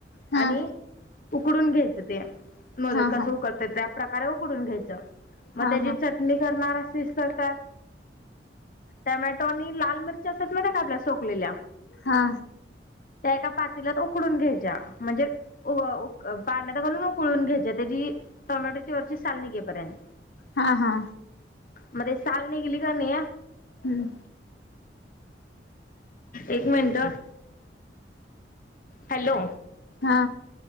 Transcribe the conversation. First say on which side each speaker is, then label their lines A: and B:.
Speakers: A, on the left; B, on the left.
A: हा
B: आणि
A: हा.
B: उकडून घ्यायचं ते. मोदक
A: हा
B: कस उकडतात त्या प्रकार उकडून घ्यायच. मग
A: हा
B: त्याची चटणी करणार असलीस तर त्यात टमॅटो आणि लाल मिरच्या असतत्यात माहितीय का आपल्या सोकलेल्या
A: हा
B: त्या एका पा तिलात उकडून घ्यायच्या, म्हणजे पाण्यात घालून उकळून घ्यायच्या. त्याजी टमॅट वरची साल निघेपर्यंत.
A: हा हा.
B: मध्ये साल निघली का कणी
A: हम्म.
B: एक मिनट, हॅलो.
A: हा.